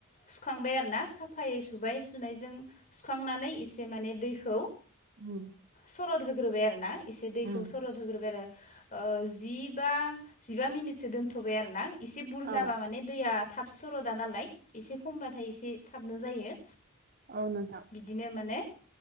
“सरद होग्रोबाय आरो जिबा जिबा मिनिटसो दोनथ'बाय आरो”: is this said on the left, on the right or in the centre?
Left